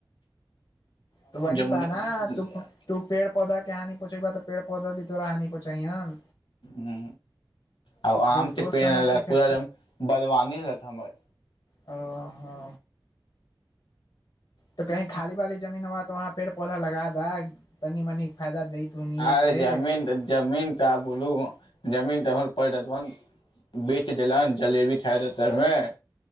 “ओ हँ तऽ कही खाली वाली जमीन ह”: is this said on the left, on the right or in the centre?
Left